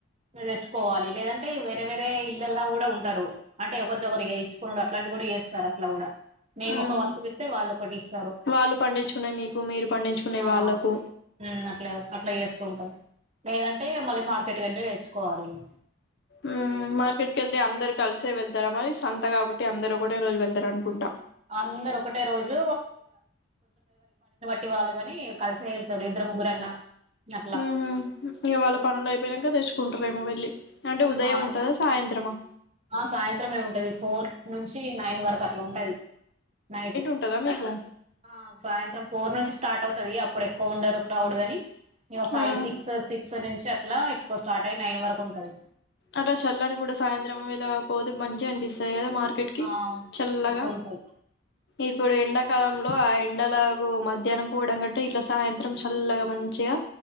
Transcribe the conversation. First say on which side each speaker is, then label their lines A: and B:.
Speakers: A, on the right; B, on the left.
A: తెచ్చుకోవాలి లేదంటే వేరే వేరే ఇళ్ళలా కూడా ఉంటారు అంటే ఒకరిక ఒకరు ఇచ్చుకునుడు అట్లాంటి కూడా చేస్తారు అట్లా కూడా మేము
B: ఆహ
A: ఒక వస్తువు ఇస్తే వాళ్ళు ఒకటి ఇస్తారు
B: వాళ్ళు పండించుకున్నాయి మీకు మీరు పండించుకున్నాయి
A: ఆ
B: వాళ్ళకు
A: ఊ అట్లా అట్లా చేసుకుం లేదంటే ఇగ మళ్ళీ మార్కెట్ కెళ్ళి తెచ్చుకోవాలి ఇగ
B: మ్మ్ మార్కెట్ కి వెళ్తే అందరు కలిసే వెళ్తారా మరి స్ సంత కాబట్టి అందరూ ఒకటే రోజు వెళ్తారు అనుకుంటా
A: అందరు ఒకటే రోజు టేవాళ్ళుగాని కలిసే వెళ్తారు ఇద్దరు ముగ్గురన్నా అట్లా
B: మ్మ్ హ్మ్ ఇగ వాళ్ళ పనులు అయిపోయినాంక తెచ్చుకుంటారేమో వెళ్ళి అంటే ఉదయం
A: ఆ
B: ఉంటదా సాయంత్రమా
A: ఆ సాయంత్రంమే ఉంటది ఫోర్ నుంచి నైన్ వరకు అట్లా ఉంటంది. నైట్
B: ఉంటదా మీకు
A: ఆ సాయంత్రం ఫోర్ నుంచి స్టార్ట్ అవుతుది అప్పు ఇప్పుడు ఎక్కువ ఉండరు క్రౌడ్ గాని ఇగా ఫైవ్
B: మ్మ్
A: సిక్స్ సిక్స్ నుంచి అట్లా ఏక్ స్టార్ట్ అయి నైన్ వరకు ఉంటంది.
B: అట చల్లని కూడా సాయంత్రం ఇలా పోతే మంచిగా అనిపిస్తాయి కదా మార్కెట్ కి
A: ఆ అవును
B: చల్లగా
A: మంచిగా ఉంటది
B: ఇప్పుడు ఎండాకాలంలో ఎండలాగు మధ్యాహ్నం పోవడం కంటే ఇట్లా సాయంత్రం చల్లగా మంచిగా